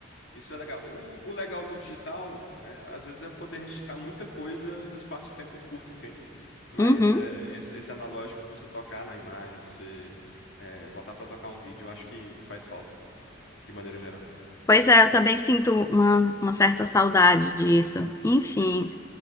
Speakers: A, on the left (about 65°); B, on the left (about 15°).
A: Isso é legal. O, o legal do digital, é, às vezes, é poder registrar muita coisa num espaço de tempo muito curto, entende? Mas
B: Uhum.
A: é, esse, esse analógico que você tocar na imagem, você é, botar pra tocar um vídeo, eu acho que faz falta, de maneira geral.
B: Pois é, eu também sinto uma, uma certa saudade disso. Enfim,